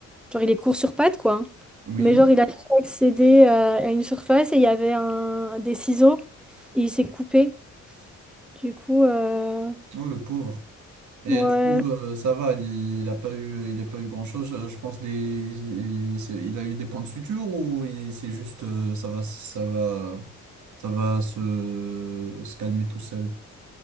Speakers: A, in the centre; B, on the right (about 70°).
A: Genre, il est court sur pattes, quoi. hein.
B: Oui.
A: Mais genre, il a su accéder euh, à une surface et il y avait un... des ciseaux et il s'est coupé. Du coup, euh,
B: Oh, le pauvre. Et
A: ouais.
B: du coup, euh, ça va, il, il a pas eu, il a pas eu grand-chose. euh, Je pense des, il, il s'est- il a eu des points de suture ou il- c'est juste, euh, ça va, ça va, ça va se, se calmer tout seul.